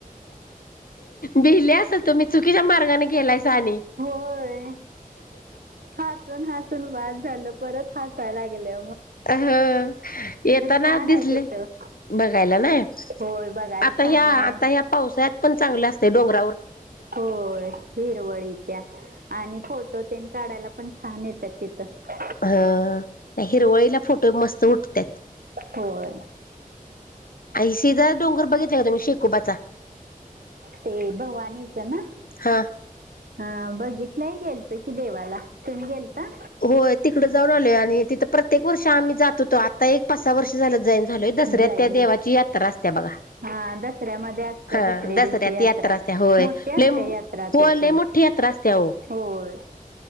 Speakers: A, on the left; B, on the right.
A: भिले असल तुम्ही चुकीच्या मार्गाने गेलायसा. आणि
B: हो होय हासून हासून बास झालं. परत हसायलां लागले.
A: अह येताना
B: छान
A: दिसले
B: आहे तिथं
A: बघायला नाय.
B: होय बघायला
A: आता
B: छान
A: ह्या
B: आहे
A: आता ह्या पावसाळ्यात पण चांगल्या असतय डोंगर
B: होय हिरवळी त्या आणि फोटो तेन काढायला पण छान येतात तिथं
A: ह नाय हिरवळीला फोट ट मस्त उठत्यात
B: होय
A: आय शीदत डोंगर बघितलाय का तुम्ही शेकोबाचा.
B: ते भगवानीच ना.
A: हा
B: हा बघितलंय गेलतो कि देवाला तुम्ही गेलता?
A: होय तिकडं जाऊन आलो आणि तिथं प्रत्येक वर्ष आम्ही जात होतो आता एक पाच, सहा वर्ष झालं जाईन झालोय दसऱ्यात
B: जाईना
A: त्या देवाची यात्रा असत्या बघा.
B: हा दसऱ्यामध्ये असत्या
A: हा
B: दुसऱ्या
A: दसऱ्यात
B: दिवशी
A: यात्रा त्या होय
B: मोठी असते यात्रा
A: होय
B: ती पण
A: लय मोठी यात्र रास्त्या हो.
B: होय.